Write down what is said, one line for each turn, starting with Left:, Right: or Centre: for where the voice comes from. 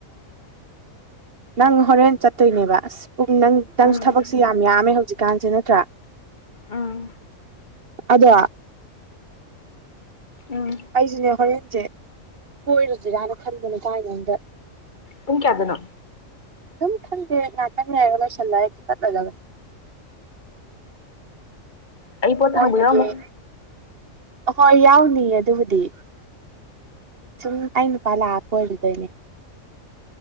Right: ꯅꯪ ꯍꯣꯔꯦꯟ ꯆꯠꯇꯣꯏꯅꯦꯕ ꯑꯁ ꯄꯨꯡ ꯅꯪ ꯅꯪꯁꯨ
Left: ꯎꯝ
Right: ꯊꯕꯛꯁꯦ ꯌꯥꯝ ꯌꯥꯝꯃꯦ ꯍꯧꯖꯤꯛꯀꯥꯟꯁꯦ ꯅꯠꯇ꯭ꯔꯥ
Left: ꯎꯝ
Right: ꯑꯗꯣ
Left: ꯎꯝ
Right: ꯑꯩꯁꯤꯅꯦ ꯍꯣꯔꯦꯟꯁꯦ ꯀꯣꯏꯔꯨꯁꯤꯔꯅ ꯈꯟꯕꯅꯦ ꯇꯥꯏꯉꯣꯟꯗ
Left: ꯄꯨꯡ ꯀꯌꯗꯅꯣ
Right: ꯑꯗꯨꯝ ꯈꯪꯗꯦ ꯉꯥꯇꯪ ꯂꯩꯔ ꯂꯣꯏꯁꯤꯜꯂ ꯆꯠꯂꯗꯧꯅꯤ
Left: ꯑꯩ ꯄꯣꯠ
Right: <unintelligible>
Left: ꯊꯥꯡꯕ ꯌꯥꯎꯔꯝꯃꯣ
Right: ꯍꯣꯏ ꯌꯥꯎꯅꯤꯌꯦ ꯑꯗꯨꯕꯨꯗꯤ ꯁꯨꯝ ꯑꯩ ꯅꯨꯄꯥ ꯂꯥꯛꯑ ꯀꯣꯏꯔꯨꯗꯣꯏꯅꯦ